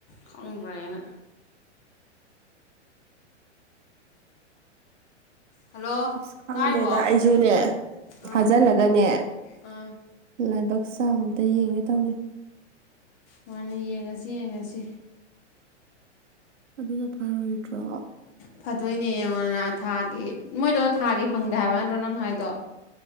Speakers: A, on the left; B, on the right.
A: ꯈꯪꯗ꯭ꯔꯦꯅ ꯍꯜꯂꯣ
B: ꯑꯁ ꯈꯪꯗꯦꯗ
A: ꯇꯥꯔꯤꯕꯣ
B: ꯑꯩꯁꯨꯅꯦ
A: ꯑꯥ
B: ꯊꯥꯖꯤꯜꯂꯒꯅꯦ
A: ꯑꯥ
B: ꯂꯥꯏꯕꯛ ꯆꯥꯡ ꯑꯃꯝꯇ ꯌꯦꯡꯒꯦ ꯇꯧꯅꯤ
A: ꯃꯥꯅꯤ ꯌꯦꯡꯉꯁꯤ ꯌꯦꯡꯉꯁꯤ
B: ꯑꯗꯨꯅ ꯐꯥꯔꯣꯏꯗ꯭ꯔꯣ
A: ꯐꯗꯣꯏꯅꯦ ꯌꯦꯡꯉꯣꯗꯅ ꯊꯥꯒꯤ ꯃꯣꯏꯗꯣ ꯊꯥꯒꯤ ꯐꯪꯗꯦ ꯍꯥꯏꯕ ꯅꯠꯇ꯭ꯔꯣ ꯅꯪ ꯍꯥꯏꯗꯣ